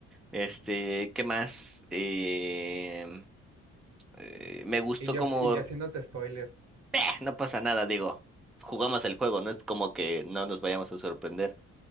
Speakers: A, in the centre; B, on the right.
A: Este, ¿qué más? Em, eh, me gustó
B: Y yo,
A: como,
B: y yo haciéndote spoiler.
A: "Eh, no pasa nada, digo, jugamos el juego, no es como que no nos vayamos a sorprender.